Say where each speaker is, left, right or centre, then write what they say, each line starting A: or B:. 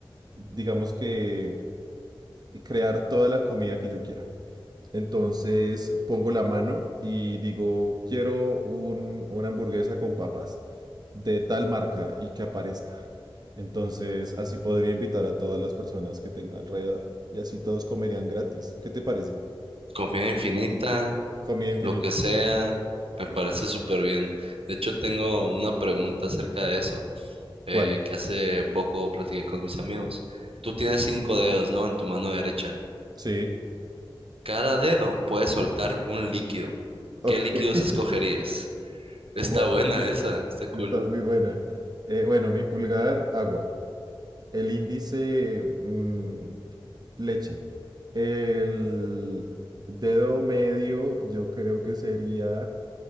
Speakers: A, on the right; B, on the right.
A: digamos que, crear toda la comida que yo quiera. Entonces pongo la mano y digo, quiero un, una hamburguesa con papas. de tal marca y que aparezca. Entonces, así podría invitar a todas las personas que tenga alrededor y así todos comerían gratis. ¿Qué te parece?
B: Comida infinita,
A: Comida infinita.
B: Lo que sea, me parece súper bien. De hecho, tengo una pregunta acerca de eso, eh,
A: ¿Cuál?
B: que hace poco platiqué con mis amigos. Tú tienes cinco dedos, ¿no? En tu mano derecha.
A: Sí.
B: Cada dedo puede soltar un líquido.
A: Ok.
B: ¿Qué líquidos
A: <laughs>
B: escogerías? Está
A: Bueno,
B: buena esa, está cool.
A: está muy buena. Eh, bueno, mi pulgar, agua. El índice, mm, leche. El dedo medio, yo creo que sería